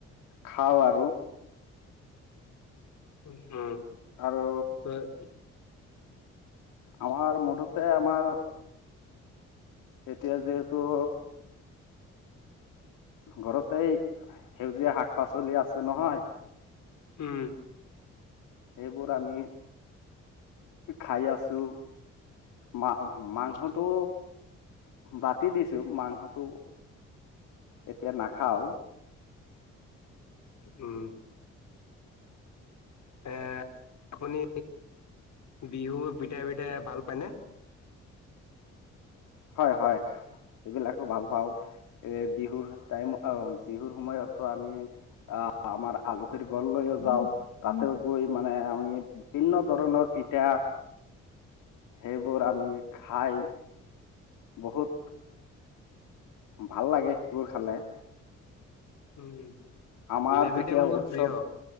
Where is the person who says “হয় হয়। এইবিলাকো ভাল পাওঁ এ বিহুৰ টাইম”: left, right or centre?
Left